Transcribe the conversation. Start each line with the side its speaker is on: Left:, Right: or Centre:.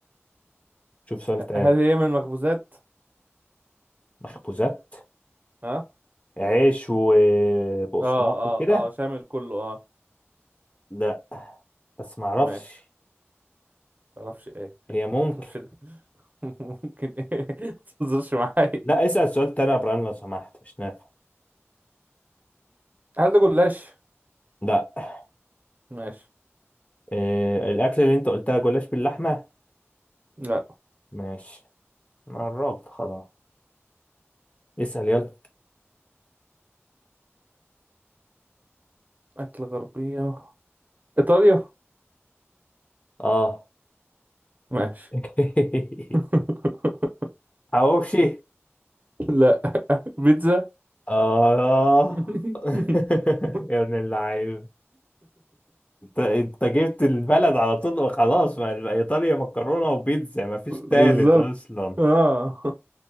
Left: شوف سؤال
Right: آه،
Left: تاني
Right: هل هي من المخبوزات؟
Left: مخبوزات
Right: أه
Left: عيش وبقسماط
Right: أه أه
Left: وكده
Right: أه شامل كله أه
Left: لا بس ما اعرفش
Right: ماشي متعرفش إيه
Left: هي ممكن
Right: متعرفش ده <laughs> ممكن إيه متهزرش معايا
Left: لا اسال سؤال تاني يا ابراهيم لو سمحت مش نافع
Right: هل ده جلاش؟
Left: لا
Right: ماشي
Left: إيه الاكل اللي انت قلتها جلاش باللحمه
Right: لأ
Left: ماشي أنا قربت خلاص اسال يلا
Right: أكل غربية إيطاليا؟
Left: اه
Right: ماشي
Left: <laughs>
Right: <laughs>
Left: حواوشي
Right: لا بيتزا
Left: آه
Right: <laughs>
Left: <laughs> يا ابن اللعيب انت انت جبت البلد على طول وخلاص ما يبقى ايطاليا مكرونه وبيتزا ما فيش تالت
Right: بالظبط
Left: اصلا
Right: اه